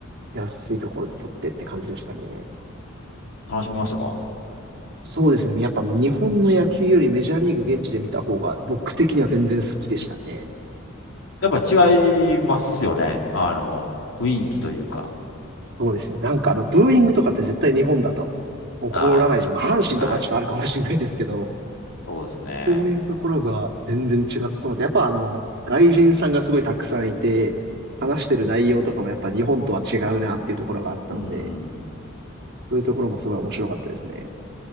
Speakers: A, on the right; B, on the left.
A: 安いところで取ってって感じでしたね。
B: 楽しみましたか
A: そうですね、やっぱ日本の野球よりメジャーリーグ現地で見た方が、僕的には全然好きでしたね。
B: やっぱ違いますよね。あの、雰囲気というか。
A: そうですね。なんかあの、ブーイングとかって絶対日本だと起こらないし、
B: ああ、
A: まあ、阪神とかちょっとあるかもしれないですけど、
B: ナイス。そうですね。
A: そういうところが全然違ったので、やっぱあの、外人さんがすごいたくさんいて、話してる内容とかもやっぱ日本とは違うなっていうところがあったので、
B: うん。
A: そういうところもすごい面白かったですね。